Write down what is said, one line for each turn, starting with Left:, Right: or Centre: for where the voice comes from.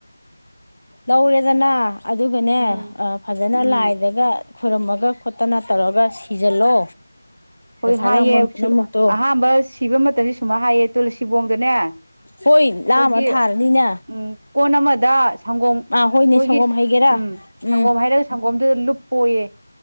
Left: ꯂꯧꯔꯦꯗꯅ ꯑꯗꯨꯒꯅꯦ
Right: ꯎꯝ
Left: ꯐꯖꯅ
Right: ꯎꯝ
Left: ꯂꯥꯏꯗꯒ ꯈꯨꯔꯝꯃꯒ ꯈꯣꯠꯇꯅ ꯇꯧꯔꯒ ꯁꯤꯖꯜꯂꯣ
Right: ꯍꯣꯏ
Left: ꯗꯁꯥ
Right: ꯍꯥꯏꯌꯦ
Left: ꯂꯥꯡꯕꯟ ꯄꯨꯝꯅꯃꯛꯇꯣ
Right: ꯑꯍꯥꯟꯕ ꯁꯤꯕ ꯃꯇꯝꯁꯦ ꯁꯨꯃꯥꯏ ꯍꯥꯏꯌꯦ ꯇꯨꯜꯂꯁꯤꯕꯣꯡꯗꯅꯦ ꯑꯩꯈꯣꯏꯒꯤ
Left: ꯍꯣꯏ ꯂꯥꯝꯃ ꯊꯥꯔꯅꯤꯅꯦ
Right: ꯎꯝ ꯀꯣꯟ ꯑꯃ ꯗ ꯁꯪꯒꯣꯝ ꯑꯩꯈꯣꯏꯒꯤ
Left: ꯑꯥ ꯍꯣꯏꯅꯦ ꯁꯪꯒꯣꯝ ꯍꯩꯒꯦꯔꯥ
Right: ꯎꯝ
Left: ꯎꯝ
Right: ꯁꯪꯒꯣꯝ ꯍꯥꯏꯔꯒ ꯁꯪꯒꯣꯝꯗꯨꯗ ꯂꯨꯞ ꯄꯣꯌꯦ